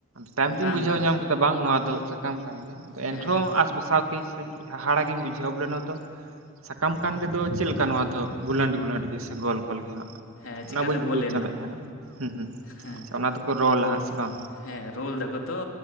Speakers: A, on the right; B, on the left.
A: ᱛᱟᱭᱚᱢ ᱛᱮᱧ
B: ᱵᱟᱝ
A: ᱵᱩᱡᱷᱟᱹᱣ
B: ᱵᱟᱝ
A: ᱧᱟᱢ ᱠᱮᱫᱟ ᱵᱟᱝ ᱱᱚᱣᱟ ᱫᱚ ᱥᱟᱠᱟᱢ ᱠᱟᱱ ᱜᱮᱭᱟ ᱛᱚ
B: ᱦᱮᱸ
A: ᱮᱱᱨᱮᱦᱚᱸ ᱟᱥ ᱯᱟᱥᱟᱣ ᱤᱥ ᱦᱟᱦᱟᱲᱟᱜᱤᱧ ᱵᱩᱡᱷᱟᱹᱣ ᱵᱚᱞᱮ ᱱᱚᱣᱟ ᱫᱚ ᱥᱟᱠᱟᱢ ᱠᱟᱱ ᱨᱮᱫᱚ ᱪᱮᱫ ᱞᱮᱠᱟ ᱱᱚᱣᱟ ᱫᱚ ᱜᱩᱞᱟᱹᱰ ᱜᱩᱞᱟᱹᱰ ᱜᱮ ᱥᱮ ᱜᱳᱞ ᱜᱳᱞ ᱜᱮ ᱦᱮᱸᱟᱜ
B: ᱦᱮᱸ ᱪᱮᱠᱟ
A: ᱚᱱᱟ ᱵᱟᱹᱧ
B: ᱫᱚ ᱜᱳᱞ
A: ᱵᱩᱡᱽ
B: ᱮᱱᱟ
A: ᱧᱟᱢᱮᱫ ᱛᱟᱦᱮᱱᱟ ᱦᱩᱸ ᱦᱩᱸ
B: ᱦᱮᱸ
A: ᱚᱱᱟ ᱫᱚᱠᱚ ᱨᱚᱞᱟ ᱦᱟᱸᱜ ᱥᱮ ᱵᱟᱝ
B: ᱦᱮᱸ ᱨᱳᱞ ᱫᱟᱠᱚ ᱛᱚ